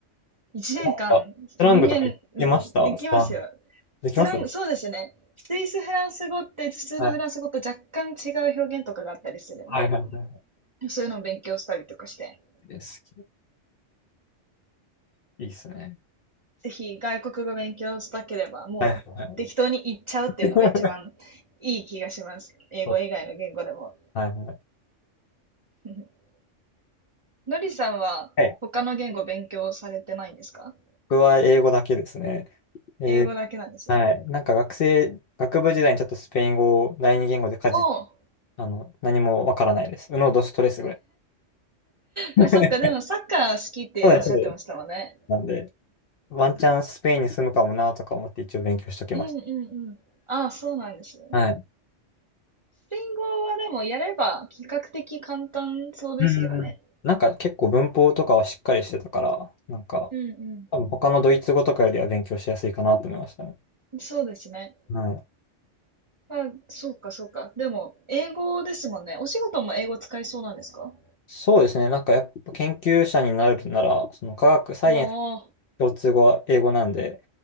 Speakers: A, on the right; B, on the left.
A: 一年間、
B: なんか、スラングとか言ってましたスラング。
A: 人間、うんできますよ。
B: できます
A: フラン、そうですね。スイスフランス語って普通のフランス語と若干違う表現とかがあったりするんで、
B: はい。はいはいは
A: そういうのを勉強したりとかして、
B: い。です。いいですね。
A: ぜひ外国語勉強したければ、もう適当に言っちゃうっていうのが一番いい気がします。
B: はいはいはい。<laughs>
A: 英語以外の言語でも。
B: そうはいはい。
A: <laughs> のりさんは他の言語勉強されてないんですか
B: はい。僕は英語だけですね。えー
A: 英語だけなんですね。
B: はい。なんか学生、学部時代にちょっとスペイン語を第二言語でかじ、
A: おう、
B: あの、何もわからないです。ウノドストレスぐらい。<laughs>
A: あ、そっか、
B: そ
A: でもサッカー好きっておっしゃってましたもんね。
B: うです。そうですなんで、ワンチャンスペインに住むかもなとか思って一応勉強しときまし
A: うんうんうん。ああ、そうなんですね。
B: た。はい。
A: スペイン語はでもやれば比較的簡単そうですけどね。
B: うんうんうん。なんか結構文法とかはしっかりしてたから、なんか、
A: うん
B: 多分他のドイツ語とかよりは勉強しやすいかなと思いましたね。
A: うん。そうですね。
B: はい。
A: あ、そうかそうか。でも、英語ですもんね。お仕事も英語使いそうなんですか
B: そうですね。なんかやっぱ研究者になるなら、その科学、サイエンス
A: わあ、
B: 共通語は英語なんで、